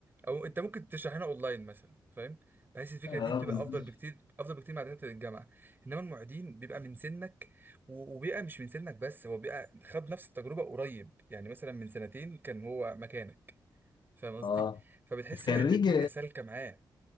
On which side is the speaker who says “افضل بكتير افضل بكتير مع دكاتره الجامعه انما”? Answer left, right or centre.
Right